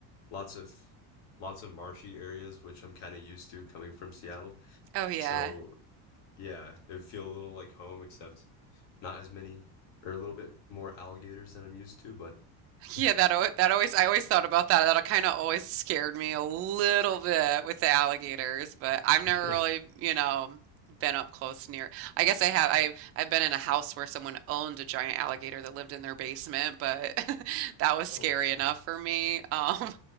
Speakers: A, on the left; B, on the right.
A: lots of lots of marshy areas, which I'm kind of used to coming from Seattle.
B: Oh, yeah.
A: So yeah, it'd feel a little like home, except not as many or a little bit more alligators than I'm used to. But <laughs>
B: Yeah, that that always I always thought about that. That kind of always scared me a little bit with the alligators, but I've never
A: yeah.
B: really, you know, been up close near. I guess I have. I I've been in a house where someone owned a giant alligator that lived in their basement, but <laughs> that was
A: Oh
B: scary enough
A: wow.
B: for me. Um,